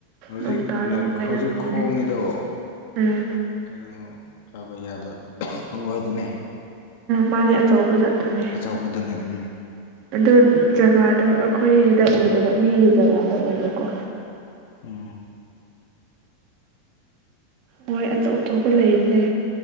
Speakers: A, on the left (about 65°); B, on the right (about 50°).
A: ꯍꯧꯖꯤꯛꯅ
B: ꯅꯣꯡ ꯇꯥꯔꯒ ꯀꯩꯅꯣ
A: ꯍꯧꯖꯤꯛ
B: ꯇꯧꯕꯅꯤꯅꯀꯣ
A: ꯈꯣꯡꯉꯤꯗꯣ
B: ꯎꯝ
A: ꯀꯩꯅꯣ ꯆꯥꯕ ꯌꯥꯕ ꯍꯪꯒꯣꯏꯗꯨꯅꯦ
B: ꯃꯥꯅꯦ ꯑꯆꯧꯕ ꯖꯠꯇꯨꯅꯦ
A: ꯑꯆꯧꯕꯗꯅꯦꯝ
B: ꯑꯗꯣ ꯖꯒꯥꯗꯣ ꯑꯩꯈꯣꯏꯗ ꯑꯣꯏꯗꯕ ꯃꯤꯒꯤ ꯖꯒꯥꯗ ꯑꯣꯏꯕꯀꯣ
A: ꯎ
B: ꯃꯣꯏ ꯑꯇꯧꯞ ꯑꯇꯣꯞꯄ ꯂꯩꯕꯅꯦ